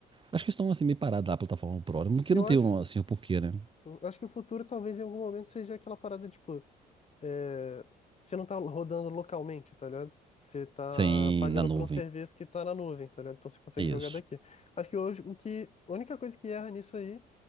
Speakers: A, on the right (about 25°); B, on the left (about 35°).
A: acho que estão assim meio parados na plataforma Pro, né? porque
B: E
A: não
B: eu
A: tem
B: acho
A: um,
B: que
A: assim o porquê, né?
B: eu acho que o futuro talvez em algum momento seja aquela parada tipo é, você não tá rodando localmente, tá ligado? Você tá
A: Sem
B: pagando
A: na nuvem.
B: por um serviço que tá na nuvem, tá ligado? Então você consegue
A: É isso.
B: jogar daqui. Acho que hoje o que, a única coisa que erra nisso aí